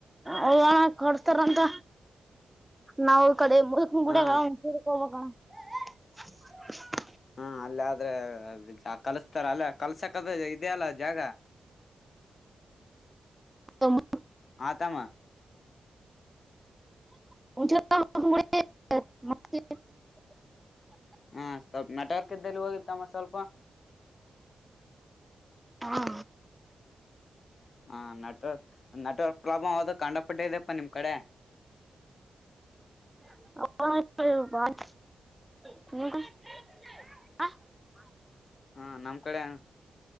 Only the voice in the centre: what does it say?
ಅವಣ ಕೊಡ್ತಾರಂತ ನಾವ್ ಈ ಕಡೆ ಮುಡ
ಹೋಗ <unintelligible>
ತಮ್ಮ
<unintelligible>
ಹಾ
<unintelligible>